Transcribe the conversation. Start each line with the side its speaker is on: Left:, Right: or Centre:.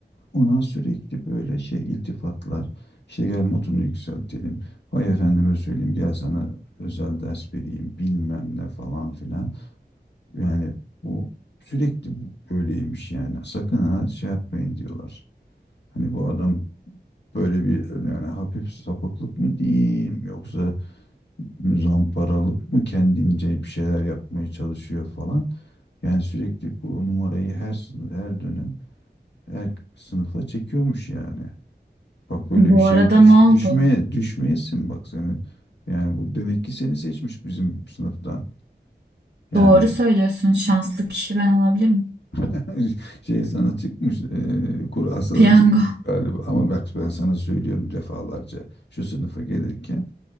Left: Ona sürekli böyle şey iltifatlar. İşte gel notunu yükseltelim. Vay efendime söyleyeyim gel sana özel ders vereyim bilmem ne falan filan. Yani bu sürekli bu- böyleymiş yani. Sakın ha şey yapmayın diyorlar. Hani bu adam böyle bir yani hafif sapıklık mı diyeyim yoksa zamparalık mı kendince bir şeyler yapmaya çalışıyor falan. Yani sürekli bu numarayı her sınıf, her dönem her sınıfa çekiyormuş yani. Bak böyle
Right: Bu
Left: bir şeye
Right: arada
Left: düş,
Right: ne oldu?
Left: düşmeye düşmeyesin bak seni. Yani bu demek ki seni seçmiş bizim sınıftan. Yani
Right: Doğru söylüyorsun. Şanslı kişi ben olabilirim.
Left: <laughs> Şey sana çıkmış, e, kura sana
Right: <laughs> Piyango.
Left: çıkmış galiba. Ama bak ben sana söylüyorum defalarca. Şu sınıfa gelirken